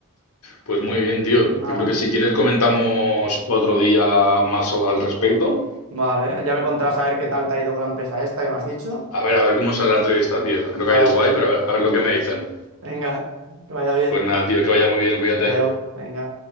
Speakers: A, on the left; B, on the right.
A: Pues muy bien, tío.
B: Pues nada.
A: Yo creo que si quieres comentamos otro día más o- al respecto.
B: Vale, ya me contarás a ver qué tal te ha ido con la empresa esta que me has dicho.
A: A ver, a ver cómo sale la entrevista, tío. Creo
B: Vale,
A: que ha ido guay, pero a ver, a ver lo que me dicen.
B: venga, que vaya bien.
A: Pues nada, tío, que vaya muy bien, cuídate.
B: Adiós, venga.